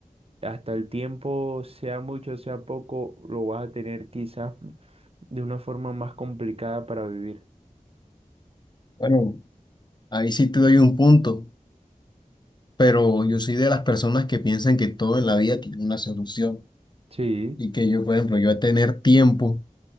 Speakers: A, on the right; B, on the left.
A: hasta el tiempo, sea mucho, sea poco, lo vas a tener quizás de una forma más complicada para vivir.
B: bueno, ahí sí te doy un punto, pero yo soy de las personas que piensan que todo en la vida tiene una solución.
A: Sí.
B: Y que yo, por ejemplo, yo a tener tiempo,